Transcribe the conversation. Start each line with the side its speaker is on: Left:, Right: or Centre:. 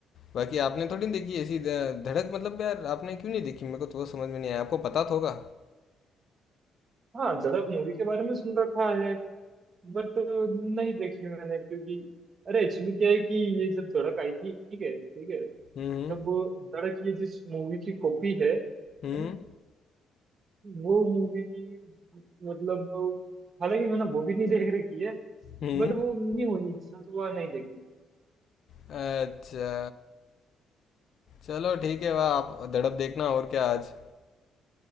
Left: बाकी आपने थोड़ी देखी ऐसी ध- धड़क मतलब यार आपने क्यों नहीं देखी मेरे को तो वो समझ में नहीं आया आपको पता तो होगा
Right: हाँ धड़क मूवी के बारे में सुन रखा है बट नहीं देखी मैंने क्योंकि अरे एक्चुअली क्या है कि ये जब धड़क आई थी ठीक है ठीक है
Left: हम्म
Right: तब धड़क ये जिस मूवी की कॉपी है है
Left: हम्म
Right: ना वो मूवी मतलब हालांकि मैंने वो भी नहीं देख रखी है
Left: हम्म
Right: बट वो नहीं हुई इच्छा तो वह नहीं देखी
Left: अच्छा चलो ठीक है वाह आप धड़क देखना और क्या आज